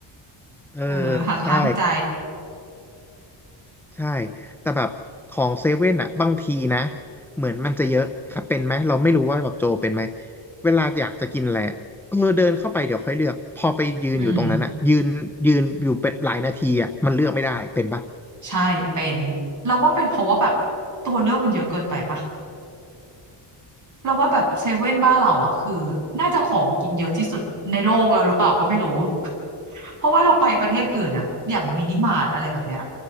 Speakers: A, in the centre; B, on the right (about 40°).
A: เออ
B: เออหักห้ามใจ
A: ใช่ใช่แต่แบบของเซเว่นอะบางทีนะเหมือนมันจะเยอะถ้าเป็นไหมเราไม่รู้ว่าแบบโจเป็นไหมเวลาอยากจะกินอะไรอะเออเดินเข้าไปเดี๋ยวค่อยเลือกพอไปยืนอยู่ตรงนั้นอะยืนยืนอยู่เป็นหลายนาทีอะมันเลือกไม่ได้เป็นปะ
B: อืมใช่เป็นเราว่าเป็นเพราะว่าแบบตัวเลือกมันเยอะเกินไปปะ เราว่าแบบเซเว่นบ้านเราอ่ะคือน่าจะของกินเยอะที่สุดในโลกเราหรือเปล่าก็ไม่รู้ <laughs> เพราะว่าเราไปประเทศอื่นอ่ะอย่างมินิมาร์ทอะไรแบบเนี้ย